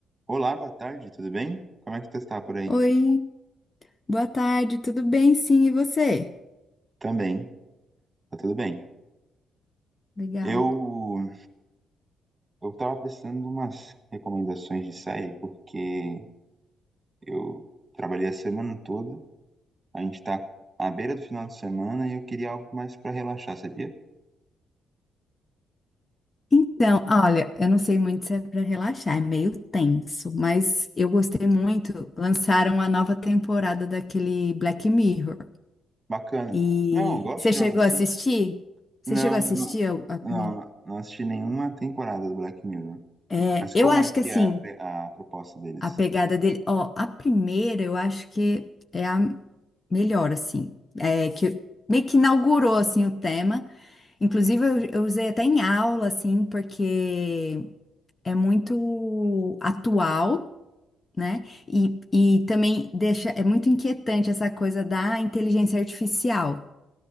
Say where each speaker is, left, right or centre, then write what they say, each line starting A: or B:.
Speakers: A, on the right (about 20°); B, on the left (about 30°).
A: Olá, boa tarde, tudo bem? Como é que tu está por aí?
B: Oi, boa tarde, tudo bem? Sim, e você?
A: Também, tá tudo bem.
B: Legal.
A: Eu eu tava precisando de umas recomendações de série porque eu trabalhei a semana toda, a gente tá à beira do final de semana e eu queria algo mais pra relaxar, sabia?
B: Então, olha, eu não sei muito se é para relaxar, é meio tenso, mas eu gostei muito. Lançaram a nova temporada daquele Black Mirror.
A: Bacana.
B: E
A: Não, eu gosto
B: você
A: de
B: chegou
A: algo assim.
B: a assistir? Você
A: Não,
B: chegou a
A: não,
B: assistir a a primeira?
A: não, não assisti nenhuma temporada do Black Mirror.
B: É,
A: Mas
B: eu
A: como
B: acho
A: é que
B: que assim,
A: é a, pre- a proposta deles?
B: a pegada dele, ó, a primeira eu acho que é a melhor, assim, é que meio que inaugurou assim o tema. Inclusive, eu, eu usei até em aula, assim, porque é muito atual, né? E, e também deixa, é muito inquietante essa coisa da inteligência artificial.